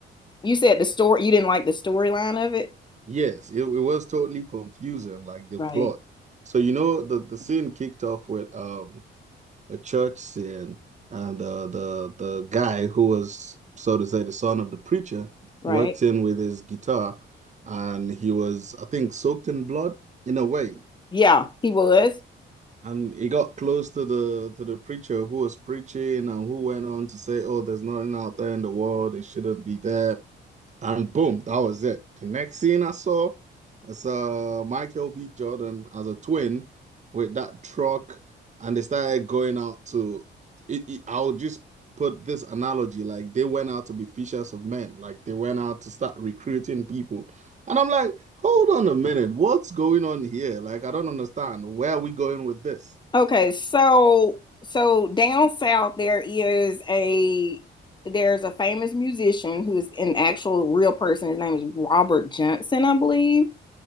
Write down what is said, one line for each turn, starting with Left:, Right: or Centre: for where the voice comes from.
Left: you said the story you didn't like the storyline of it?
Right: Yes, it, it was totally confusing, like the
Left: Right.
Right: plot. So you know the the scene kicked off with um a church sin, and uh, the the guy who was so to say the son of the preacher
Left: Right.
Right: walked in with his guitar, and he was I think soaked in blood in a way,
Left: Yeah, he was.
Right: and he got close to the to the preacher who was preaching and who went on to say, "Oh, there's nothing out there in the world; it shouldn't be there." and boom, that was it. The next scene I saw is uh Michael B. Jordan as a twin with that truck, and they started going out to. It, it- I'll just put this analogy: like they went out to be fishers of men, like they went out to start recruiting people, and I'm like, hold on a minute, what's going on here? Like I don't understand. Where are we going with this?
Left: Okay, so so down south there is a there's a famous musician who's an actual real person. His name is Robert Johnson, I believe.